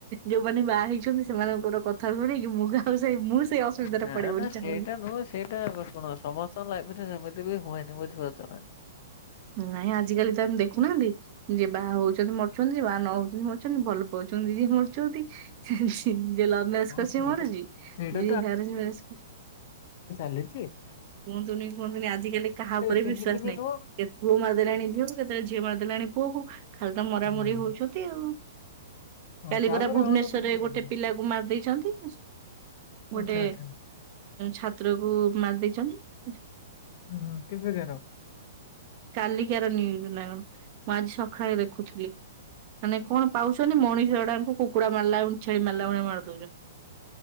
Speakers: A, on the right (about 45°); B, on the left (about 50°).
A: ଯୋଉମାନେ ବାହା ହେଇଛନ୍ତି ସେମାନଙ୍କର କଥା ଶୁଣକି ମୁଁ କାଉ ସେ ମୁଁ ସେଇ ଅସୁବିଧାରେ
B: ନା
A: ପଡେ ବୋଲି
B: ନା ସେଇଟା
A: ଚାହୁଁନି
B: ନୁହଁ ସେଇଟା କଣ ସମସ୍ତଙ୍କ ଲାଇଫ ରେ ସେମିତି ବି ହୁଏନି ବୁଝିପାରୁଛ ନା
A: ନାଇଁ ଆଜିକାଲି ତ ଆମେ ଦେଖୁନାହାନ୍ତି ଯେ ବାହା ହଉଛନ୍ତି ମାରୁଛନ୍ତି ଯେ ବାହା ନ ହଉଛନ୍ତି ମାରୁଛନ୍ତି ଭଲ ପାଉଛନ୍ତି ଛନ୍ତି ଯ ମରଛନ୍ତି ଯେ ଲାଭ ମ୍ୟାରେଜ
B: ହଁ
A: କରଛି
B: ସେଇଟା
A: ମରଛି
B: ସେଇଟା
A: ଯଜ ମଜ କର
B: ବଛି
A: କୁହନ୍ତୁନି କୁହନ୍ତୁି ଆଜିିକାଲିା ଉପରେ
B: ସେମିତି
A: ବିଶ୍ୱାସ
B: ବି
A: ନାହିଁ
B: ନୁହଁ
A: କେ ପୁଅ ମାରଦେଲାଣି ଝଅକୁ କେତେବେଳେ ଝିଅ ମାରଦେଲାଣି ପୁଅ ଖାଲି ତ ମରାମରି
B: ହଁ
A: ହଉଛନ୍ତି ଆଉ
B: ହଁ,
A: କାଲିଗରା
B: ତାପରେ
A: ଭୁବନେଶ୍ଵରରେ
B: ଆଉ ଗୋଟେ ଜିନିଷ-
A: ଗୋଟେ ପିଲାକୁ ମାରି ଦେଇେଇଛନ୍ତି ଗୋଟେ
B: ଆଚ୍ଛା ଆଚ୍ଛା
A: ଛାତ୍ରକୁ ମାରି ଦେଇେଇଛନ୍ତି
B: ହୁଁ ହ କେବେ ଯ
A: କାଲିକାର ନିୁଜ ନା କଣ ମୁଁ ଆଜି ସକାଳେ ଦେଖୁଥିଲି ମାନେ କଣ ପାଉଛନ୍ତି ମଣିଷଡାଙ୍କୁ କୁକୁଡା ମାଲା ଛେଳି ମାଲାଉଣିଆ ମାର